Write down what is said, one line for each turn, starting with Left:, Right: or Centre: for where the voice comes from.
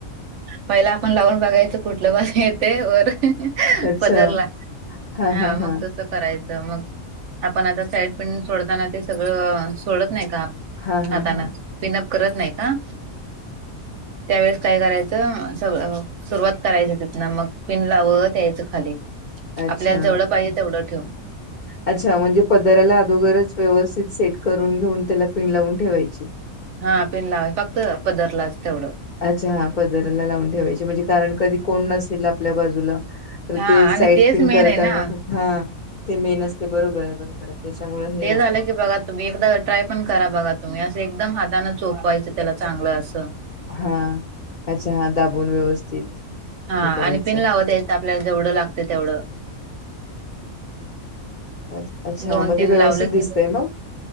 Right: पहिला आपण लावून बघायचं कुठलं बाजू येतंय वर
Left: अच्छा
Right: पदरला
Left: हा
Right: हां
Left: हा
Right: मग
Left: हा
Right: तस करायचं मग आपण आता साईड पिन सोडताना ते सगळं सोडत नाही का
Left: हा हा
Right: हातान
Left: हा
Right: पिनअप करत नाही का त्यावेेळेस काय कराय च सगळ सुरुवात करायचं तिथन मग पिन लावत यायचं खाली.
Left: अच्छा!
Right: आपल्याला जेवढं पाहिजे तेवढं ठेवून
Left: अच्छा! म्हणजे पदराला अदोगरच व्यवस्थित सेट करून घेऊन त्याला पिन लावून ठेवायची.
Right: हां पिन लावायचं फक्त पधरलाच तेवढं.
Left: अच्छा हा पदराला लावून ठेवायची. म्हणजे कारण कधी कोण नसेल आपल्या बाजूला. तर
Right: हा
Left: ते साईट
Right: आणि तेच
Left: पिन
Right: मेन
Left: करता
Right: आहे ना
Left: येन खूप, हा ते मेन असते. बरोबर आहे बरोबर आहे. त्याच्यामुळे हे
Right: ते
Left: होतय
Right: झाल की बघा. तुम्ही एकदा ट्राय पण करा बघा तुम्ही. अस एकदम हाताान चोपवायच त्याला चांगल अस.
Left: ह अच्छा, हा दाबून व्यवस्थित.
Right: हा
Left: हे करायचं
Right: आणि, पिन लावत यायच आपल्याला जेवढ लागत तेवढ.
Left: अ- अच्छा
Right: दोन
Left: मग
Right: पीन
Left: ते व्यवस्थित
Right: लावल
Left: दिसतय
Right: कि,
Left: मग